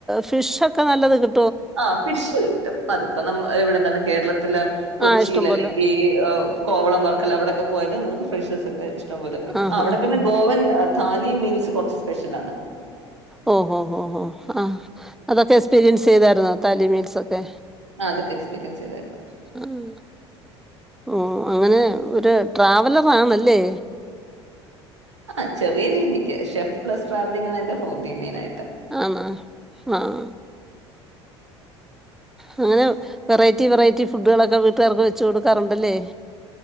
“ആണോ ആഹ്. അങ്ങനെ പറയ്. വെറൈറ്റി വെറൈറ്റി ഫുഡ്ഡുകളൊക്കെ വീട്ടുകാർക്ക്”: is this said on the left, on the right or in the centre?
Centre